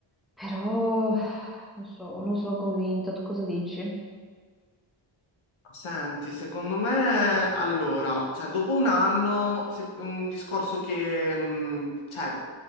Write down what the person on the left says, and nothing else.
Senti, secondo me, allora, cioè, dopo un anno, se- un discorso che, mh, cioè,